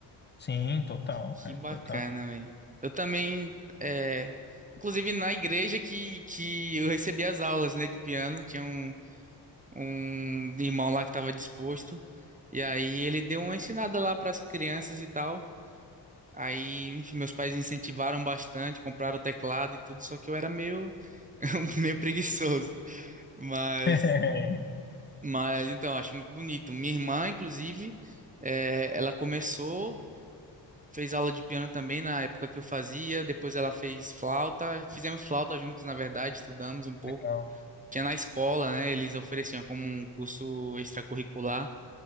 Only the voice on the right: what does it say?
Que
bacana,
velho. Eu também. É... Inclusive, na igreja que, que eu recebi as aulas, né, de piano, tinha um, um irmão lá que estava disposto. E aí ele deu uma ensinada lá para as crianças e tal. Aí, enfim, meus pais incentivaram bastante, compraram teclado e tudo, só que eu era meio, <laughs> meio preguiçoso. Mas,
mas então, acho muito bonito. Minha irmã, inclusive, eh, ela começou, fez aula de piano também na época que eu fazia, depois ela fez flauta, fizemos flauta juntos, na verdade, estudamos um pouco.
Tinha na escola, né? Eles ofereciam como um curso extracurricular.